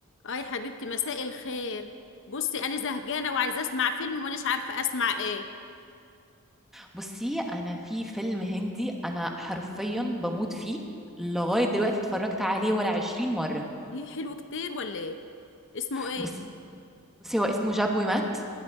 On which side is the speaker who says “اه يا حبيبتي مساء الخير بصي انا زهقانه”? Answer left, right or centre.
Left